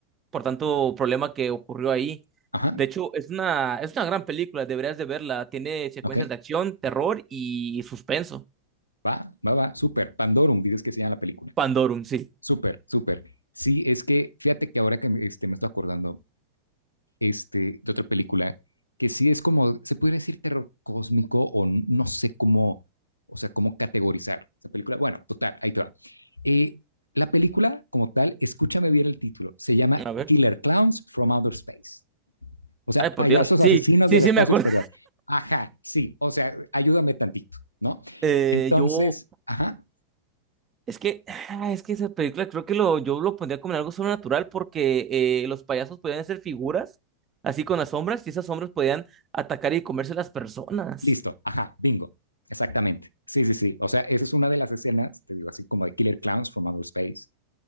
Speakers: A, on the right (about 25°); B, on the left (about 85°).
A: por tanto problema que ocurrió ahí.
B: ajá,
A: De hecho, es una, es una gran película, deberías de verla. Tiene secuencias
B: ok,
A: de acción, terror y suspenso.
B: va, va, va, súper, Pandorum, dices que se llama la película,
A: Pandorum, sí.
B: súper, súper, sí, es que fíjate que ahora que me, este, me estoy acordando, este, de otra película que sí es como, se podría decir terror cósmico o n- no sé cómo, o sea, cómo categorizar esa película. Bueno, total, ahí te va. Eh, la película como tal, escúchame bien el título, se llama
A: A ver.
B: Killer Clowns from Outer Space. O sea,
A: Ay,
B: payasos
A: por Dios. Sí,
B: asesinos
A: sí,
B: del
A: sí,
B: espacio
A: me acuerdo.
B: exterior. Ajá, sí, o sea, ayúdame tantito, ¿no?
A: Eh,
B: Entonces,
A: yo,
B: ajá,
A: es que, ah, es que esa película creo que lo, yo lo pondría como en algo sobrenatural porque eh, los payasos podían ser figuras así con las sombras y esas sombras podían atacar y comerse las personas.
B: listo, ajá, bingo, exactamente. Sí, sí, sí. O sea, esa es una de las escenas, te digo, así como de Killer Clowns from Outer Space